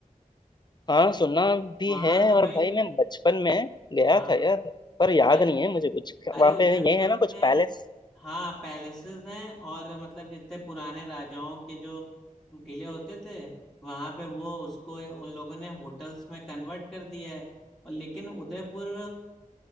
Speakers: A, on the left; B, in the centre.
A: हाँ सुना भी
B: वहां
A: है
B: पे
A: और
B: भाई
A: भाई मैं बचपन में गया
B: हाँ
A: था यार पर याद
B: भाई
A: नहीं है मुझे कुछ
B: अरे
A: वहां
B: उदयपुर
A: पे ये है ना कुछ
B: में
A: पैलेस
B: हाँ पैलेसेस हैं और मतलब जितने पुराने राजाओं के जो किले होते थे वहां पे वो उसको उन लोगों ने होटल्स में कन्वर्ट कर दिया है और लेकिन उदयपुर